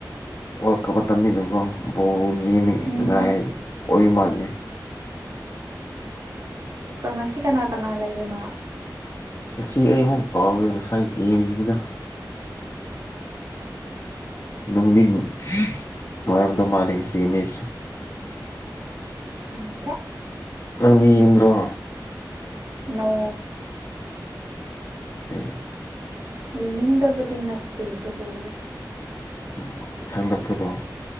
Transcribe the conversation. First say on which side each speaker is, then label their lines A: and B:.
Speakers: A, on the left; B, on the right.
A: ꯋꯥꯜꯀꯞ ꯃꯇꯝ ꯅꯤꯅꯥ ꯀꯣ ꯕꯣꯜ ꯌꯦꯡꯅꯤꯡ
B: ꯎꯝ
A: ꯉꯥꯏ ꯑꯣꯏꯕ ꯃꯥꯥꯜꯂꯦ
B: ꯉꯁꯤ ꯀꯅꯥ ꯀꯅꯥ ꯂꯩꯕꯅꯣ
A: ꯉꯁꯤ ꯑꯩ ꯑꯃꯨꯛ ꯀꯥꯎꯒꯦ ꯉꯁꯥꯏ ꯌꯦꯡꯒꯤꯕꯗ ꯅꯨꯡꯗꯤ ꯅꯨꯉꯥꯏꯔꯝꯒꯗꯕ ꯃꯥꯜꯂꯤꯉꯁꯤ ꯃꯦꯁ ꯁꯦ
B: ꯈꯪꯗ
A: ꯅꯪꯗꯤ ꯌꯦꯡꯗ꯭ꯔꯣ
B: ꯅꯣ
A: ꯎꯝ
B: ꯌꯦꯡꯅꯤꯡꯗꯕꯗꯤ ꯅꯠꯇꯦ ꯑꯗꯨꯕꯨ
A: ꯎꯝ ꯁꯪꯗꯕꯔꯣ